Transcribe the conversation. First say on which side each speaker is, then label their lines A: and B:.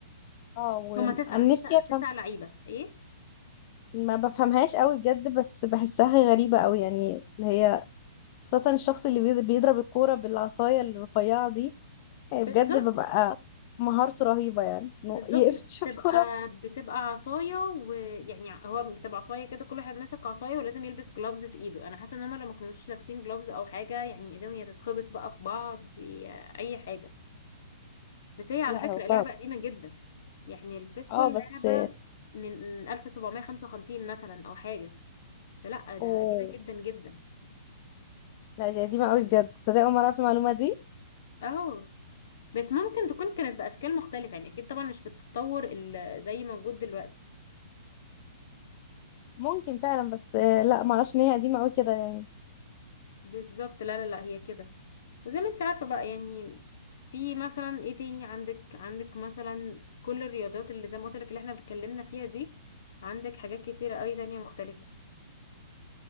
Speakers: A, on the left; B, on the left.
A: اه وانا
B: هما تسعة تسعة
A: نفسي افهم
B: تسعة لعيبة ايه
A: ما بفهمهاش قوي بجد بس بحسها غريبة قوي يعني اللي هي خاصة الشخص اللي بيض- بيضرب الكورة بالعصاية الرفيعة دي يعني
B: بالظبط
A: بجد ببقى مهارته رهيبة يعني إنه
B: بالظبط
A: يقفش
B: بتبقى
A: <laughs> الكورة
B: بتبقى عصاية ويعني هو بتبقى عصاية كده كل واحد ماسك عصاية ولازم يلبس جلافز في ايده انا حاسة ان هما لو ما كانوش لابسين جلافز او حاجة يعني ايديهم يا تتخبط بقى في بعض يا اي حاجة بس هي على
A: لا
B: فكرة
A: هو صعب
B: لعبة قديمة جدا يعني البيسبول
A: اه بس
B: لعبة من 1755 مثلا او حاجة فلا ده
A: اوه
B: قديمة جدا جدا
A: لا دي قديمة قوي بجد صدق أول مرة أعرف المعلومة دي
B: اهو بس ممكن تكون كانت بأشكال مختلفة يعني اكيد طبعا مش بالتطور ال- زي موجود دلوقتي
A: ممكن فعلا بس آه، لا معرفش إن هي قديمة قوي كده يعني
B: بالظبط لا لا لا هي كده وزي ما انت عارفة بقى يعني في مثلا ايه تاني عندك عندك مثلا كل الرياضات اللي زي ما قلت لك اللي احنا اتكلمنا فيها دي عندك حاجات كتيرة قوي تانية مختلفة